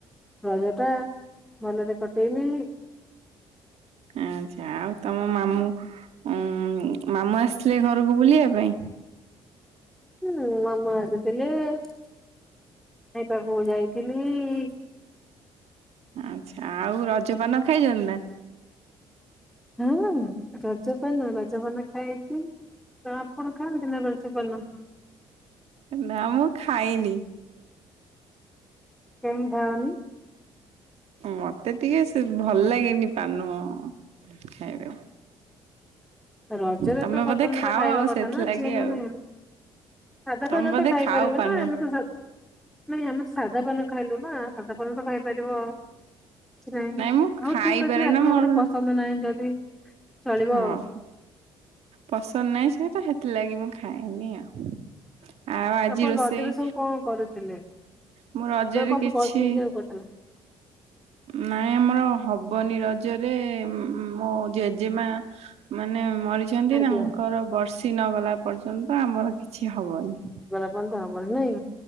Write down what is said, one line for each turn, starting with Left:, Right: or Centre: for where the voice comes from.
Centre: ରଜ ଟା ଭଲରେ କଟେଇନି।
Right: ଆଚ୍ଛା ଆଉ ତମ ମାମୁଁ ଉଁ ମାମୁ ଆସିଥିଲେ ଘରକୁ ବୁଲିବା ପାଇଁ।
Centre: ହୁଁ ମାମୁ ଆସିଥିଲେ ଖାଇ ପାଖକୁ ଯାଇଥିଲି।
Right: ଆଛା। ଆଉ ରଜପାନ ଖାଇଛନ୍ତି ନା।
Centre: ହଁ ରଜପାନ ରଜପାନ ଖାଇଛି। ତ ଆପଣ ଖାଆନ୍ତିନା ରଜ ପାନ।
Right: ନା ମୁଁ ଖାଇନି।
Centre: କେମିତି ଖାଅନି?
Right: ମତେ ଟିକେ ସେ ଭଲ ଲାଗେନି ପାନ ଖାଇବାକୁ।
Centre: ରଜରେ
Right: ତମେ
Centre: ତ ସ୍ଵତନ୍ତ୍ର
Right: ବୋଧେ ଖାଅ
Centre: ଖାଇବା
Right: ଆଉ
Centre: କଥା
Right: ସେଥିଲାଗି
Centre: ନା ଝିଅ ମାନେ।
Right: ଆଉ।
Centre: ସାଧା
Right: ତମେ
Centre: ଫାନ ତ
Right: ବୋଧେ
Centre: ଖାଇପାରିବ
Right: ଖାଉ
Centre: ନା
Right: ପାନ।
Centre: ଆମେ ତ। ନାଇଁ ଆମେ ସାଧାପାନ ଖାଇଲୁ ନା ସାଧା ପାନ ତ ଖାଇପାରିବ। କି ନାଇଁ
Right: ମୁଁ
Centre: ହଉ
Right: ଖାଇପାରେ
Centre: ଠିକ ଅଛି ଆପଣଙ୍କର
Right: ନା ମୋର
Centre: ପସନ୍ଦ ନାହିଁ ଯଦି। ଚଳିବ
Right: ହଁ।
Centre: ଆଉ।
Right: ପସନ୍ଦ ନାହିଁ ସେଟା ସେଥିଲାଗି ମୁଁ ଖାଇନି ଆଉ। ଆଉ ଆଜି
Centre: ଆପଣ
Right: ରୋଷେଇ
Centre: ରଜରେ ସବୁ କଣ କରିଥିଲେ
Right: ମୋ ରଜରେ
Centre: କଣ
Right: କିଛି
Centre: କଣ ପିନ୍ଧିବାକୁ କରିଥିଲେ?
Right: ନାଇଁ ଆମର ହବନି ରଜରେ ମୋ ଜେଜେମା ମାନେ ମରିଯ ଛନ୍ତି
Centre: ଆଜ୍ଞା
Right: ତାଙ୍କର ବର୍ଷି ନ ଗଲା ପର୍ଯ୍ୟନ୍ତ ଆମର କିଛି ହବନି।
Centre: ବ ତ ହବନ ନାଇଁ।